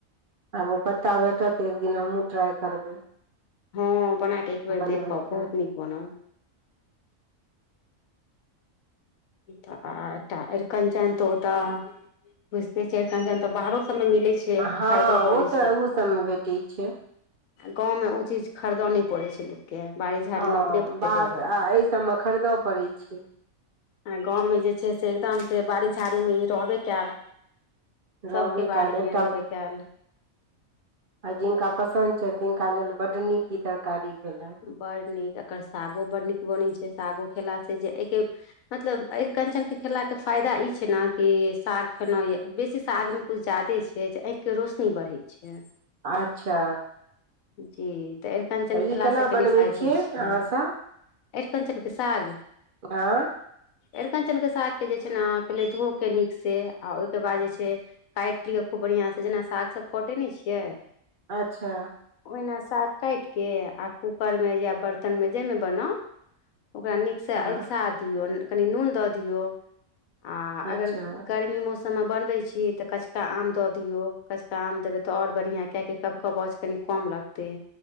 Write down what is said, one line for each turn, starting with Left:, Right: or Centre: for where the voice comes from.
Right: आब ओ पत्ता भेटत एक दिन हमहूँ ट्राइ करबै
Left: हँ बना के एक बेर
Right: बनबैके
Left: देखब बहुत नीक बनत तऽ आ एकटा अरिकनचन तऽ ओ तऽ बुझते छै एरकंचन त बाहरो सब मे मिले छै
Right: हँ
Left: खरीदय पड़ै
Right: ओ तऽ ओहो सभमे भेटैत छै
Left: गाँव मे ओ चीज खरीदऽ नहि पड़ै छलै के बाड़ी झाड़ीमे
Right: ह
Left: अपने ओतेक
Right: बाज
Left: रहल
Right: आ एहि सबमे खरीदय पड़ैत छै
Left: आ गाँवमे जे छै से एकदम से बाड़ी झाड़ी मे ई रहबे कयल सबके
Right: रहबे
Left: बारी
Right: कयल
Left: मे
Right: एकटा
Left: रहबे कैल
Right: आ जिनका पसंद छै तिनका लेल बड नीक इ तरकारी भेलनि
Left: बड नीक एकर सागो बड़ नीक बनैत छै सागो खेला से जे अइके मतलब अ कञ्चन के खेला के फायदा ई छै ने कि साग खेलहु य बेसी साग मे कुछु ज्यादे छै जे आँखिके रोशनी बढ़ैत छै
Right: अच्छा
Left: जी तऽ एरकञ्चन खेला
Right: ई केना
Left: सँ कनी
Right: बनबै
Left: फायदो
Right: छियै
Left: छैय
Right: अहाँसभ
Left: अरकञ्चन के साग
Right: हँ
Left: अरिकञ्चनके सागके जे छै ने पहिले धोके कऽ नीकसँ आ ओहिके बाद जे छै काटि लियौ खूब बढ़िआं से जेना साग सब कटे नहि छियै
Right: अच्छा
Left: ओहिना साग काटि के आ कूकर मे या बर्तन मे जाहिमे बनाउ ओकरा नीक से
Right: हँ
Left: अलसा दियौ कनी नून दऽ दिओ आ
Right: अच्छा
Left: आगर गर्मी मे ओ साग सन मे बनबै छी तऽ कचका आम दऽ दियऔ कचका आम देबै तऽ आओर बढ़िआं किआकि कब कबाज कनि कम लागते